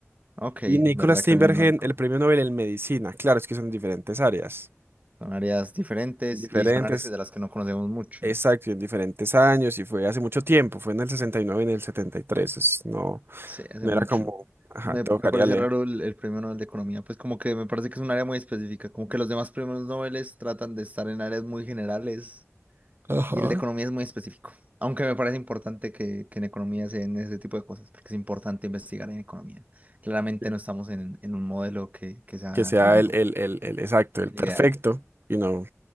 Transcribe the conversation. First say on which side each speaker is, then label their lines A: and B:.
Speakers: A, on the right; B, on the right.
A: Ok,
B: y Nicholas
A: verdad
B: Timbergen
A: que no le con-
B: el premio Nobel en Medicina. Claro, es que son diferentes áreas.
A: Son áreas diferentes
B: Diferentes,
A: y son áreas de las que no conocemos mucho.
B: exacto, y en diferentes años y fue hace mucho tiempo, fue en el sesenta y nueve y en el 73. es- no,
A: Sí, hace
B: no
A: mucho.
B: era como, ajá,
A: Me,
B: tocaría
A: me parece
B: leer.
A: raro el, el premio Nobel de Economía, pues como que me parece que es un área muy específica, como que los demás premios Nobel tratan de estar en áreas muy generales.
B: Ajá.
A: Y el de economía es muy específico, aunque me parece importante que, que en economía se den ese tipo de cosas, porque es importante investigar en economía. Claramente
B: Sí.
A: no estamos en, en un modelo que, que sea
B: Que sea
A: el mejor,
B: el, el, el, el exacto, el
A: el
B: perfecto
A: ideal.
B: y no,